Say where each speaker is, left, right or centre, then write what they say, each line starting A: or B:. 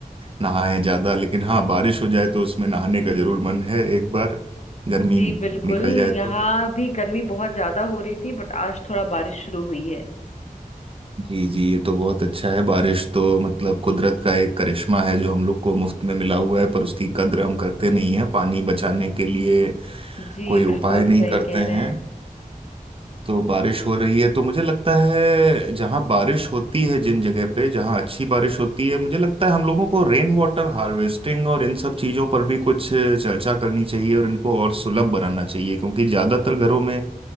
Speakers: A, on the right; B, on the left.
A: नहाएं ज्यादा लेकिन हाँ बारिश हो जाए तो उसमें नहाने का जरूर मन है एक बार गर्मी
B: जी बिल्कुल
A: निकल जाए तो
B: यहाँ भी गर्मी बहुत ज्यादा हो रही थी बट आज थोड़ा बारिश शुरू हुई है
A: जी जी ये तो बहुत अच्छा है बारिश तो मतलब कुदरत का एक करिश्मा है जो हम लोग को मुफ्त में मिला हुआ है पर उसकी कद्र हम करते नहीं है पानी बचाने के लिए
B: जी
A: कोई
B: बिल्कुल
A: उपाय नहीं
B: सही
A: करते
B: कह रहे
A: हैं
B: हैं
A: तो बारिश हो रही है तो मुझे लगता है जहाँ बारिश होती है जिन जगह पे जहाँ अच्छी बारिश होती है मुझे लगता है हम लोगों को रेन वाटर हार्वेस्टिंग और इन सब चीज़ों पर भी कुछ चर्चा करनी चाहिए और इनको और सुलभ बनाना चाहिए क्योंकि ज़्यादातर घरों में